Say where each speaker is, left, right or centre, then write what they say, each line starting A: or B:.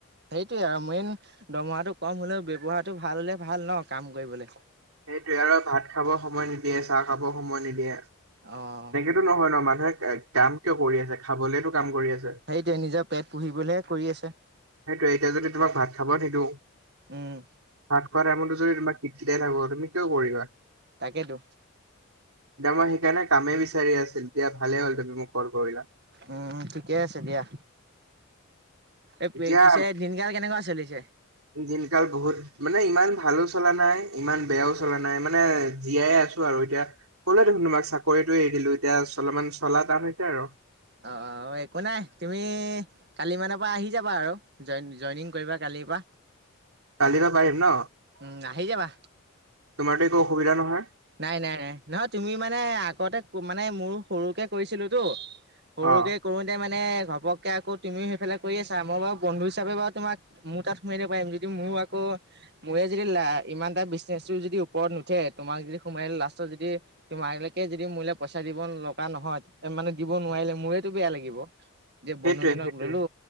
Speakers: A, on the right; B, on the right.
A: সেইটোৱে আৰু মেইন দৰমহাটো কম হ'লেও ব্যৱহাৰটো ভাল হ'লে ভাল ন কাম কৰিবলৈ।
B: সেইটোৱে আৰু ভাত খাব সময়, নিদিয়ে চাহ খাব সময় নিদিয়ে।
A: অ'।
B: এইটো নহয় ন। মানুহে এ কাম কিয় কৰি আছে, খাবলেটো কাম কৰি আছে।
A: সেইটোৱে নিজৰ পেট পুহিবলৈহে কৰি আছে।
B: সেইটোৱে এতিয়া যদি তোমাক ভাত খাব নিদো
A: উম।
B: ভাত খোৱা টাইমটো যদি তোমাক কিট-কিটাই <unintelligible> তুমি কিয় কৰিবা?
A: তাকেইতো।
B: এতিয়া মই সেইকাৰণে কামেই বিচাৰি আছিলো। দিয়া ভালে হ'ল তুমি মোক কল কৰিলা।
A: উম, ঠিকে আছে দিয়া। এই
B: এতিয়া
A: পিছে দিনকাল কেনেকুৱা চলিছে?
B: দিনকাল বহুত মানে ইমান ভালো চলা নাই, ইমান বেয়াও চলা নাই মানে জীয়াই আছো আৰু এতিয়া। কলো দেখোন তোমাক চাকৰিটো এৰি দিলো এতিয়া চলপমান চলা টান হৈছে আৰু।
A: অ, অ, একো নাই তুমি কালি মানৰ পৰা আহি যাবা আৰু জইনিং কৰিবা কালিৰ পৰা।
B: কালিৰ পৰা পাৰিম ন
A: উম আহি যাবা
B: তোমাৰতো একো অসুবিধা নহয়।
A: নাই নাই নাই নহয় তুমি মানে আগতে মানে মোৰ সৰুকে কৰিছিলো তো, সৰুকে
B: অ
A: কৰোতে মানে ঘপকে আকৌ তুমি সেইফালে কৰি আছা মোৰ বাৰু বন্ধু হিচাপে বাৰু তোমাক মোৰ তাত সোমাই দি পাৰিম যদি মোৰ আকৌ মোৰে যদি লা ইমান এটা বিচনেচো যদি ওপৰত নুঠে। তোমাক যদি সোমাই লাষ্টত যদি তোমালকে যদি মোলে পইচা দিব লগা নহয় মানে দিব নোৱাৰিলে মোৰেতো বেয়া লাগিব। যে
B: সেইটোৱে
A: বন্ধুজনক
B: সেইটোৱে
A: ললো